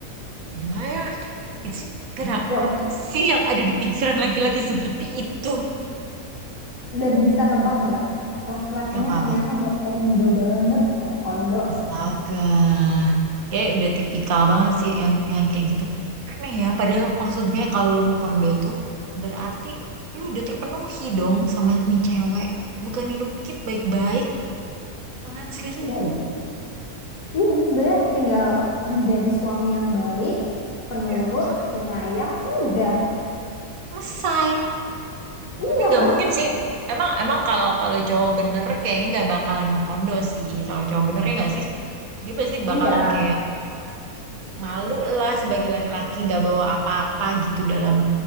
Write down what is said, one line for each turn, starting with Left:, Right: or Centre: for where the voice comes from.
Right: gila ya. Itu kena
Left: dah
Right: apa sih yang ada di pikiran laki-laki seperti itu?
Left: dan bisa nebak nggak laki-lakinya
Right: Gak apa-apa.
Left: ternyata mau kondo banget mau kondo
Right: Astaga. Kayak udah tipikal banget sih yang yang kayak gitu. Aneh ya, padahal maksudnya kalau lu mau kondo tuh berarti lu udah terpenuhi dong sama nih cewek. Bukannya lu keep baik-baik, malah selingkuh.
Left: ya itu sebenarnya tinggal menjadi suami yang baik penurut
Right: Ya, toh,
Left: penyayang udah
Right: selesai.
Left: iya
Right: Tapi nggak
Left: kan
Right: mungkin sih. Emang emang kalau kalau cowok bener kayaknya nggak bakalan mau kondo sih. Kalau cowok bener ya nggak sih? Dia pasti
Left: iya
Right: bakalan kayak malu lah sebagai laki-laki nggak bawa apa-apa gitu dalam